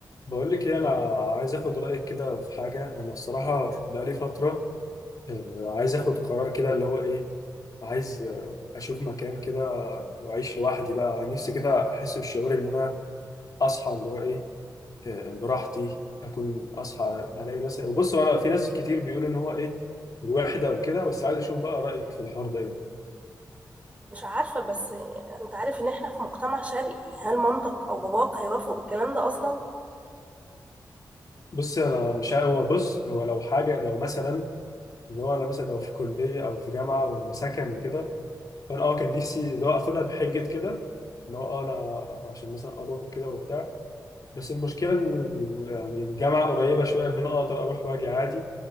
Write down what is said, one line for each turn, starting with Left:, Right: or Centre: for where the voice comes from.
Left: بقول لك ايه انا عايز اخد رايك كده في حاجه انا الصراحه بقالي فتره آه، عايز اخد قرار كده اللي هو ايه عايز آه، اشوف مكان كده واعيش لوحدي بقى نفسي كده احس بالشعور ان انا اصحى اللي هو ايه آه، براحتي اكون اصحى الاقي مثلا بص انا في ناس كتير بيقولوا ان هو ايه الوحده وكده بس عايز اشوف بقى رايك في الحوار ده ايه
Right: مش عارفة بس انت عارف ان احنا في مجتمع شرقي هل مامتك او باباك هيوافقوا بالكلام ده اصلا
Left: بص انا مش عارف- هو بص هو لو حاجه لو مثلا اللي هو انا مثلا لو في كليه او في جامعه وسكن وكده فانا اه كان نفسي اللي هو اخدها بحجه كده اللي هو اه انا عشان مثلا اروح وكده وبتاع بس المشكله ان ال- يعني الجامعه قريبه شويه ان انا اقدر اروح واجي عادي